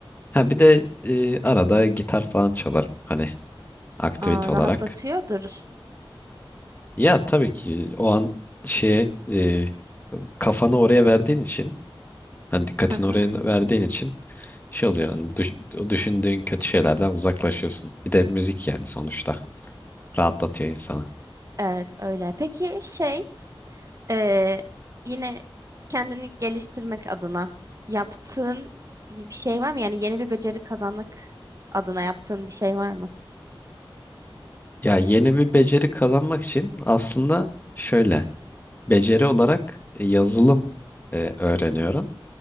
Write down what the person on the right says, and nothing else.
Aa,
rahatlatıyordur.
Hı hı.
Evet öyle. Peki şey Ee, yine kendini geliştirmek adına yaptığın bir şey var mı? Yani yeni bir beceri kazanmak adına yaptığın bir şey var mı?